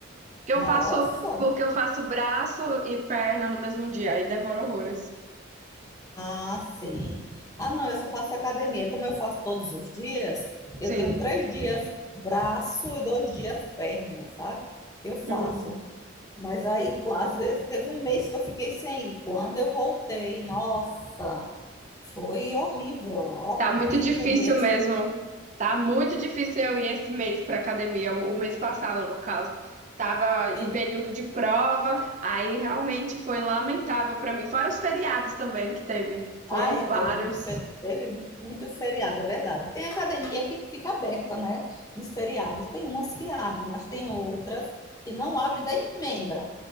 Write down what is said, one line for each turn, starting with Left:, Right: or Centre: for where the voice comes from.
Right: Que
Left: Nossa!
Right: eu faço, porque eu faço braço e perna no mesmo dia, aí demora horrores.
Left: Ah, sim. Ah, não, eu só faço academia. Como eu faço todos os dias,
Right: Sim.
Left: eu tenho três dias braço e dois dias perna, sabe? Eu faço.
Right: Hum.
Left: Mas aí, com- às vezes, teve um mês que eu fiquei sem ir. Quando eu voltei, nossa, foi horrível,
Right: Tá muito
Left: horrível
Right: difícil
Left: mesmo.
Right: mesmo. Tá muito difícil eu ir esse mês pra academia, o o mês passado, no caso. Tava em
Left: Sim.
Right: período de prova, aí realmente foi lamentável pra mim. Fora os feriados também que teve, foram
Left: Ah, é,
Right: vários.
Left: teve muito, fe- teve muito feriado, é verdade. Tem academia que fica aberta, né? Nos feriados. Tem umas que abrem, mas tem outras que não abrem da emenda,